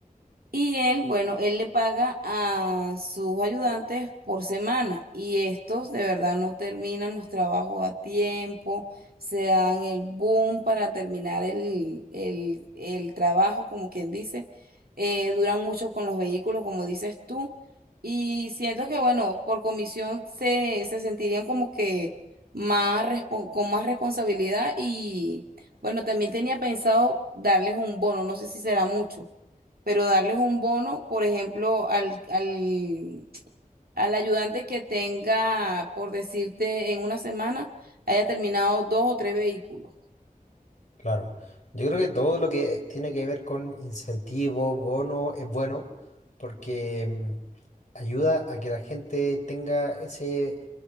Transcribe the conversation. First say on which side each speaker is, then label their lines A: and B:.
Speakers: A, on the right; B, on the left.
A: Y él, bueno, él le paga a sus ayudantes por semana y estos de verdad no terminan los trabajos a tiempo, se dan el boom para terminar el, el, el trabajo, como quien dice, eh, duran mucho con los vehículos, como dices tú, y siento que, bueno, por comisión se, se sentirían como que más respon- con más responsabilidad y, bueno, también tenía pensado darles un bono, no sé si será mucho pero darles un bono, por ejemplo, al, al, al ayudante que tenga, por decirte, en una semana, haya terminado dos o tres vehículos.
B: Claro. Yo creo que todo lo que tiene que ver con incentivos, bono, es bueno porque mm, ayuda a que la gente tenga ese,